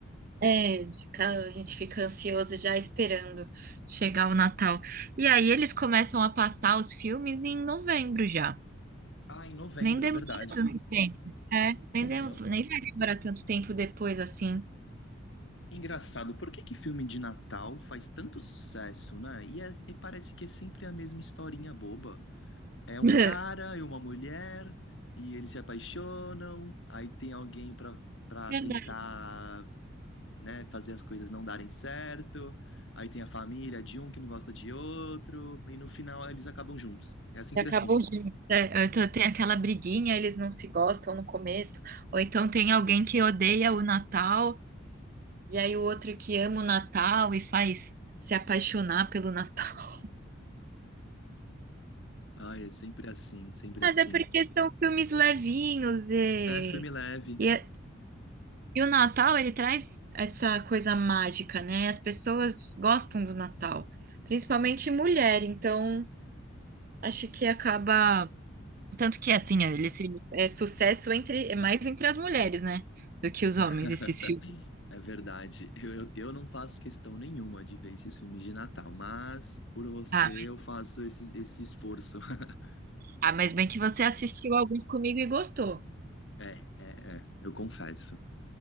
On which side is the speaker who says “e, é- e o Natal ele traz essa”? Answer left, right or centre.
Right